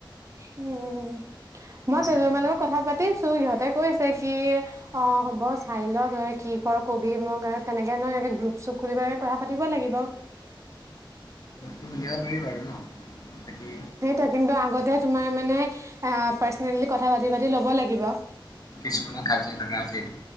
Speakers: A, on the right (about 35°); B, on the left (about 45°).
A: উম। মই কেইজনীমানৰ
B: আকৌ
A: লগত কথা পাতিছোঁ সিহঁতে কৈছে কি অ', হ'ব চাই ল তই কি কৰ কবি মোক আৰু তেনেকে নহয়ে গ্ৰুপ চুপ খুলিব পেলায় কথা পাতিব লাগিব। <inaudible>
B: খুলিব পাৰি বাৰু ন বাকী।
A: সেইটোৱে কিন্তু আগতে তোমাৰ মানে আ পাৰ্চনেলি কথা পাতি পাতি ল'ব লাগিব।
B: কিছুমানে কাজিয়া লগা আছে এইটো